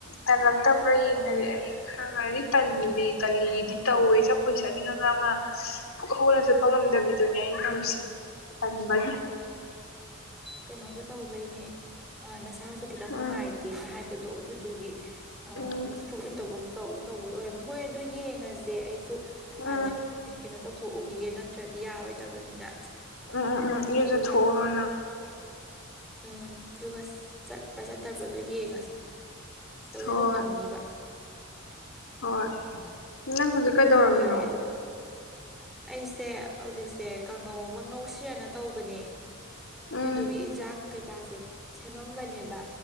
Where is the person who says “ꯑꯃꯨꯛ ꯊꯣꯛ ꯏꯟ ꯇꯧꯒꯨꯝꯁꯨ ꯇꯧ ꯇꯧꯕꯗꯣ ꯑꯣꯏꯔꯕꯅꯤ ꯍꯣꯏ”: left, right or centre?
Centre